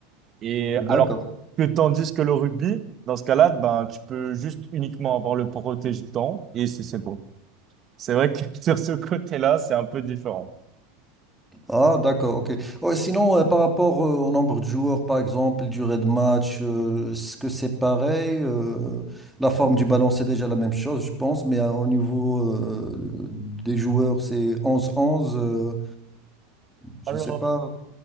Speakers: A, on the right; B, in the centre.
A: Et alors
B: D'accord.
A: que tandis que le rugby, dans ce cas-là, ben, tu peux juste uniquement avoir le protège-dents et c'est c'est beau. C'est vrai que <laughs> sur ce côté-là, c'est un peu différent.
B: Ah, d'accord, ok. Ouais, sinon, euh, par rapport euh, au nombre de joueurs, par exemple, durée de match, euh, est-ce que c'est pareil? euh, la forme du ballon, c'est déjà la même chose, je pense, mais euh, au niveau euh, des joueurs, c'est onze onze. euh, je
A: Alors.
B: ne sais pas.